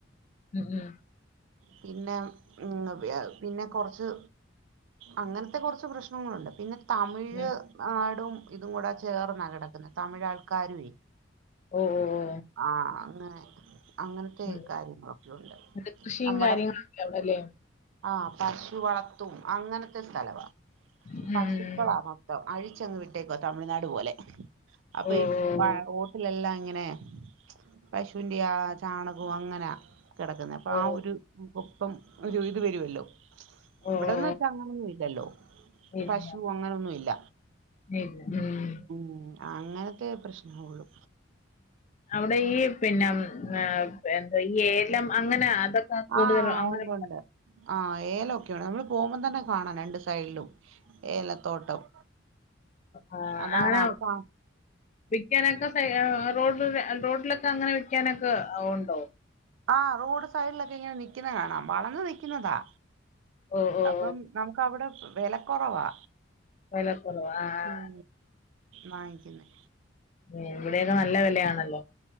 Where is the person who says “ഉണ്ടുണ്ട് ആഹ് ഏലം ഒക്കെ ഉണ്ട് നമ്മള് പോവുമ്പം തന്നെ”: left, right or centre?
Right